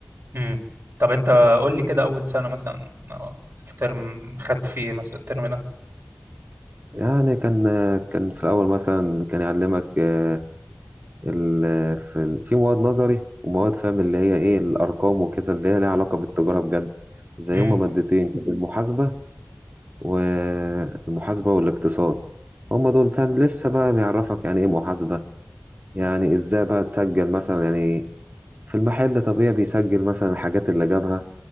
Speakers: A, on the right (about 85°); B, on the right (about 45°).
A: امم طب انت قول لي كده اول سنة مثلا آه، الترم خدت فيه إيه مثلا الترم ده
B: يعني كان كان في الاول مثلا كان يعلمك آه، ال- في في مواد نظري ومواد فاهم اللي هي ايه الارقام وكده اللي هي ليها علاقه بالتجاره بجد زي
A: امم
B: هما مادتين كده، المحاسبه والمحاسبه والاقتصاد هما دول فاهم لسه بقى بيعرفك يعني ايه محاسبه يعني ازاي بقى تسجل مثلا يعني في المحل طبيعي بيسجل مثلا الحاجات اللي جابها